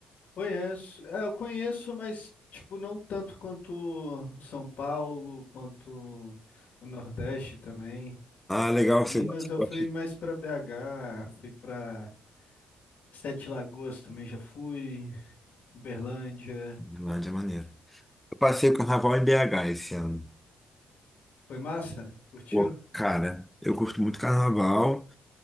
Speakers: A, on the left (about 60°); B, in the centre.
A: Conheço, é, eu conheço, mas tipo, não tanto quanto São Paulo, quanto o Nordeste também.
B: Ah, legal,
A: Minas
B: você gosta.
A: eu
B: Você
A: fui mais
B: gosta.
A: pra BH, fui pra Sete Lagoas também já fui, Uberlândia.
B: Lá de maneiro. Eu passei o carnaval em BH esse ano.
A: Foi massa? Curtiu?
B: Pô, cara, eu curto muito carnaval.